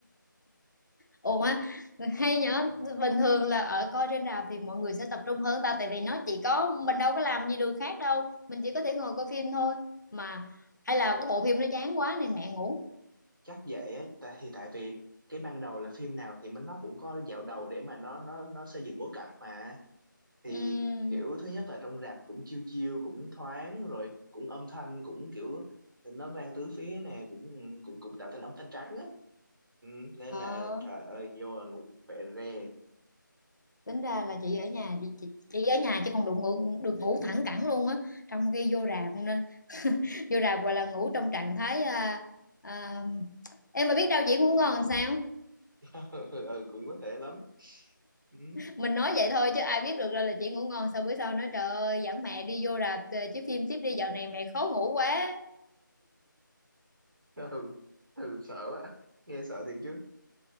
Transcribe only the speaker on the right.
chắc vậy á tại thì tại vì cái ban đầu là phim nào thì mình nó cũng có dạo đầu để mà nó nó nó xây dựng bối cảnh mà thì
kiểu thứ nhất là trong rạp cũng chiêu chiêu cũng thoáng rồi cũng âm thanh cũng kiểu nó vang tứ phía nè cũng ừ, cũng cũng tạo thành âm thanh trắng á ừ, nên
là trời ơi vô là ngủ phệ re
<laughs> ừ cũng có thể lắm ừ,
<laughs> ừ, ừ sợ quá nghe sợ thiệt chứ